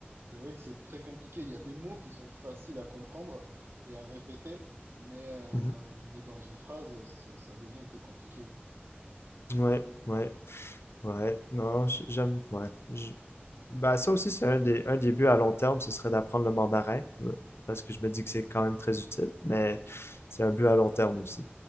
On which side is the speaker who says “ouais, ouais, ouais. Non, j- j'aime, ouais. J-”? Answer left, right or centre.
Left